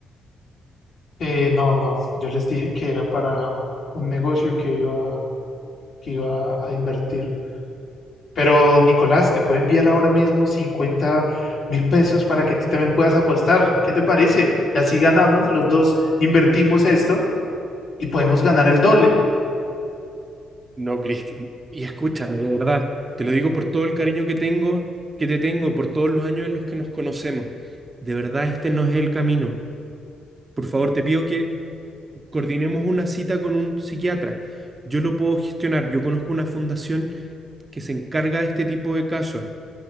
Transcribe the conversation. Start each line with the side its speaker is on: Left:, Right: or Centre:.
Left: Eh, no, no. Yo les dije que era para un negocio que iba que iba a invertir. Pero Nicolás, te puedo enviar ahora mismo cincuenta mil pesos para que tú también puedas apostar. ¿Qué te parece? Y así ganamos, los dos invertimos esto y podemos ganar el doble.
Right: No, Cristian. Y escúchame, de verdad, te lo digo por todo el cariño que tengo, que te tengo, por todos los años en los que nos conocemos. De verdad, este no es el camino. Por favor, te pido que coordinemos una cita con un psiquiatra. Yo lo puedo gestionar. Yo conozco una fundación que se encarga de este tipo de casos.